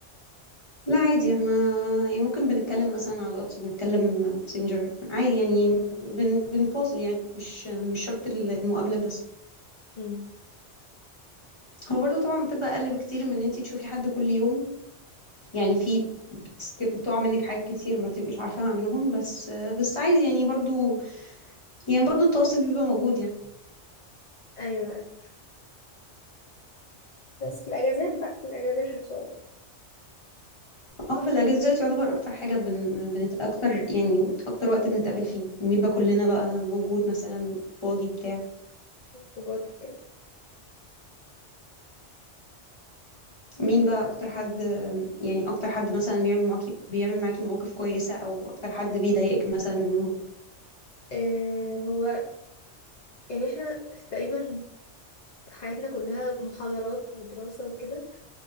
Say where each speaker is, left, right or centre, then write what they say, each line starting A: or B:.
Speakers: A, on the left; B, on the left.
A: لا عادي احنا يعني ممكن بنتكلم مثلا على الواتس بنتكلم ماسنجر عادي يعني بن... بنتواصل يعني مش مش شرط المقابله بس
B: امم
A: هو برضه طبعا بتبقى اقل بكتير من ان انت تشوفي حد كل يوم يعني في بتسكب بتقع منك حاجات كتير ما بتبقيش عارفاها عنهم بس بس عايز يعني برضو يعني برضو التواصل بيبقى موجود يعني
B: ايوه أيوة. بس في الأجازات بقى في الأجازات إن شاء الله
A: اه في الاجازات يعتبر اكتر حاجه بن بنت اكتر يعني اكتر وقت بنتقابل فيه بيبقى كلنا بقى موجود مثلا فاضي بتاع
B: خروجات وكده
A: مين بقى اكتر حد يعني اكتر حد مثلا بيعمل معاكي بيعمل معاكي مواقف كويسه او اكتر حد بيضايقك مثلا منهم
B: آه هو يعني احنا تقريبا حياتنا كلها محاضرات ودراسة وكده